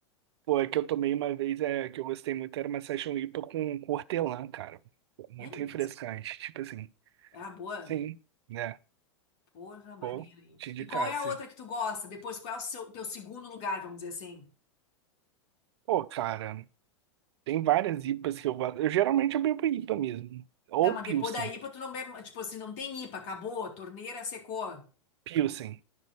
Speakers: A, on the right; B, on the left.
A: Pô, a que eu tomei uma vez, é, que eu gostei muito, era uma Session IPA com, com hortelã, cara. Pô, Muito
B: É mesmo.
A: refrescante, tipo assim.
B: É a boa.
A: Sim, né?
B: Porra, maneira,
A: Pô,
B: hein?
A: te indicasse.
B: E qual é a outra que tu gosta? Depois, qual é o seu, teu segundo lugar, vamos dizer assim?
A: Pô, cara, tem várias IPAs que eu gosto. Eu geralmente eu bebo IPA mesmo. Ou
B: Tá, mas
A: Pilsen.
B: depois da IPA, tu não bebe. Tipo assim, não tem IPA, acabou, a acabou, torneira secou.
A: Pilsen.